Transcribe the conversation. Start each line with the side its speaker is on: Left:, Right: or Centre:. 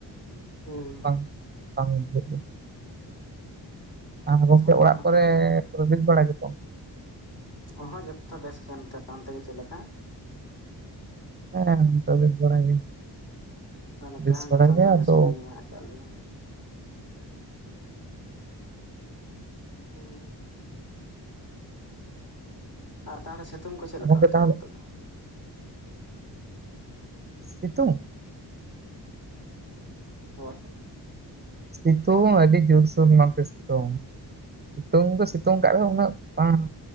Left: ᱦᱩᱸ
Right: ᱵᱟᱝ ᱵᱟᱝ ᱵᱩᱡᱷᱟᱹᱜ ᱵᱟᱝ ᱜᱚᱝᱠᱮ
Left: ᱦᱳᱭ
Right: ᱚᱲᱟᱜ
Left: ᱚᱱᱟ
Right: ᱠᱚᱨᱮ
Left: ᱢᱟ ᱠᱟᱱ ᱜᱮ
Right: ᱠᱚ ᱵᱮᱥ ᱵᱟᱲᱟ ᱜᱮᱛᱚ?
Left: ᱦᱚᱸ ᱦᱚᱸ ᱡᱷᱚᱛᱚ ᱵᱮᱥ ᱜᱮᱭᱟ ᱱᱤᱛᱚᱜ ᱫᱚ᱾ ᱚᱱᱛᱮ ᱜᱮ ᱪᱮᱫ ᱞᱮᱠᱟ?
Right: ᱦᱮᱸ ᱱᱤᱛᱚᱜ ᱵᱮᱥ ᱵᱟᱲᱟ ᱜᱮ᱾
Left: ᱟᱨ ᱱᱚᱛᱮᱦᱚᱸ
Right: ᱵᱮᱥ ᱵᱟᱲᱟ
Left: ᱡᱷᱚᱛᱚᱱ
Right: ᱜᱮ
Left: ᱫᱚ
Right: ᱟᱫᱚ
Left: ᱵᱮᱥ ᱵᱟᱲᱟ ᱜᱮ ᱢᱮᱱᱟᱜ ᱟᱠᱟᱫ ᱞᱮᱭᱟ᱾ ᱦᱩᱸ ᱟᱨ ᱛᱟᱦᱚᱞᱮ ᱥᱤᱛᱩᱝ ᱠᱚ ᱪᱮᱫ ᱞᱮᱠᱟ
Right: ᱜᱚᱝᱠᱮ
Left: ᱱᱤᱛᱚᱜ
Right: ᱛᱟᱦᱚᱞᱮ
Left: ᱫᱚ?
Right: ᱥᱤᱛᱩᱝ
Left: ᱦᱳᱭ
Right: ᱥᱤᱛᱩᱝ ᱟᱹᱰᱤ ᱡᱳᱨᱥᱩᱨ ᱱᱚᱛᱮ ᱥᱤᱛᱩᱝ᱾ ᱛᱩᱝ ᱫᱚ ᱥᱤᱛᱩᱝ ᱠᱟᱫ ᱨᱮᱦᱚᱸ ᱩᱱᱟᱹᱜ ᱵᱟᱝ᱾